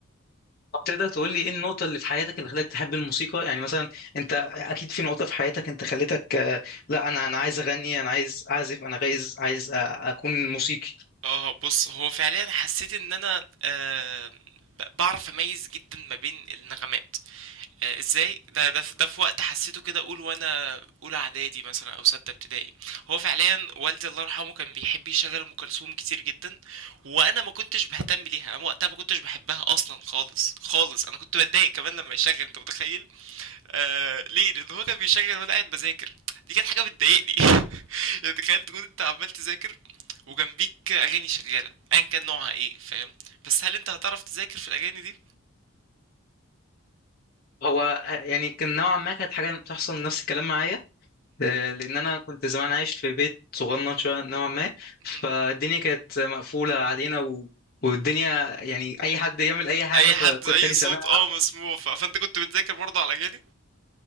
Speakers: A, on the left (about 45°); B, on the right (about 65°).
A: طب تقدر تقول لي ايه النقطه اللي في حياتك اللي خلتك تحب الموسيقى يعني مثلا انت اكيد
B: مهم.
A: في نقطه في حياتك انت خلتك آه، لا انا انا عايز اغني انا عايز اعزف انا عايز عايز آه، اكون موسيقي
B: اه بص هو فعليا حسيت ان انا آه ب- بعرف اميز جدا ما بين النغمات آه، ازاي ده ده في ده في وقت حسيته كده اقول وانا اولى اعدادي مثلا او سته ابتدائي هو فعليا والدي الله يرحمه كان بيحب يشغل ام كلثوم كتير جدا وانا ما كنتش بهتم ليها انا وقتها ما كنتش بحبها اصلا خالص خالص انا كنت بتضايق كمان لما يشغل انت متخيل آه ليه لان هو كان بيشغل وانا قاعد بذاكر دي كانت حاجه بتضايقني <laughs> يعني تخيل تكون انت عمال تذاكر وجنبيك اغاني شغاله ايا كان نوعها ايه فاهم بس هل انت هتعرف تذاكر في الاغاني دي
A: هو يعني كان نوعا ما كانت حاجة بتحصل نفس الكلام معايا آه، لأن أنا كنت زمان عايش في بيت صغنن شوية نوعا ما
B: <laughs>
A: فالدنيا كانت مقفولة علينا و... والدنيا يعني أي حد يعمل أي حاجة
B: اي
A: فكنت
B: حد اي
A: أنا
B: صوت
A: سامع
B: اه مسموع ف... فانت كنت بتذاكر برضه على اغاني